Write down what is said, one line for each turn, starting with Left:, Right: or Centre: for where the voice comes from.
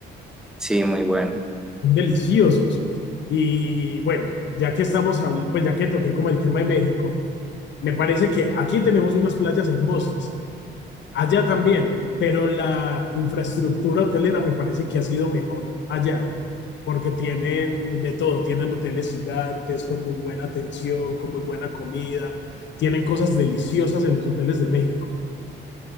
Centre: sí, muy bueno.
Left: son deliciosos. Y bueno, ya que estamos, pues ya que toqué como el tema de México, me parece que aquí tenemos unas playas hermosas, allá también, pero la infraestructura hotelera me parece que ha sido mejor allá, porque tienen de todo, tienen hoteles gigantes con muy buena atención, con muy buena comida, tienen cosas deliciosas en los hoteles de México.